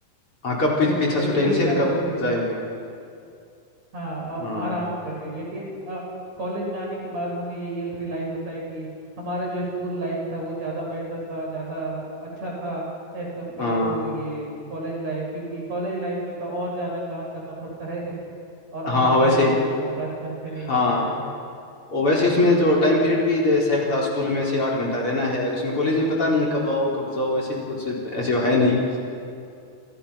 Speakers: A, on the left (about 40°); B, on the right (about 50°).
A: हाँ कब पी-
B: फिर
A: पीछा
B: अ,
A: छूटे
B: यही
A: इनसे
B: कारण
A: और कब
B: से
A: जाए पे
B: हाँ अब
A: हाँ
B: आराम करें लेकिन अब कॉलेज में आने के बाद हमें यही रियलाइज होता है कि हमारा जो स्कूल लाइफ था वो ज़्यादा बेहतर था और ज़्यादा अच्छा था एज कम्पेयर
A: हाँ
B: टू ये कॉलेज लाइफ क्योंकि कॉलेज लाइफ में तो और ज़्यादा काम करना पड़ता है <laughs> और आराम
A: हाँ हाँ वैसे
B: भी करने
A: ही,
B: का मौका ढंग से नहीं
A: हाँ
B: मिलता है
A: और वैसे उसमें जो टाइम पीरियड भी दे- सेट था स्कूल में से आठ घंटा रहना है उसमें कॉलेज में पता नहीं कब आओ कब जाओ वैसे भी कुछ ऐसे है नहीं